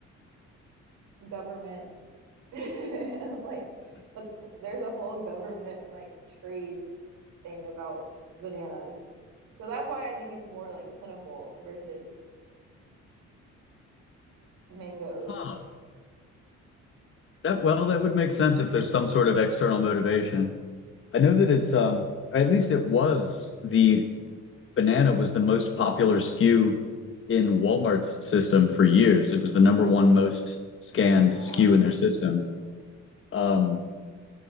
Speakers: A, on the right (about 85°); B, on the left (about 45°).
A: government <laughs> like the there's a whole government like trade thing about bananas. So that's why I think it's more like plentiful versus mangoes.
B: Huh. That well, that would make sense if there's some sort of external motivation. I know that it's um at least it was the banana was the most popular SKU in Walmart's system for years. It was the number one most scanned
A: Wow.
B: SKU in their system.
A: Wow.
B: Um,